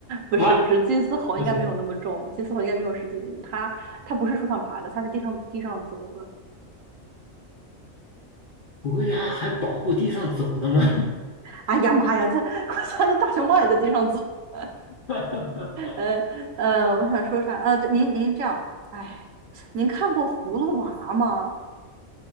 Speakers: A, on the right; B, on the left.
A: 不是，
B: 啊，
A: 不是，金丝猴应该没有那么重，
B: 不是，
A: 金丝猴应该没有十几斤，它它不是树上爬的，它是地上地上走的。
B: 国家还保护地上走的吗？
A: 哎呀妈呀，他我家那大熊猫也在地上走。<laughs>
B: <laughs>
A: 呃呃，我想说啥？呃，对您您这样，哎，您看过《葫芦娃》吗？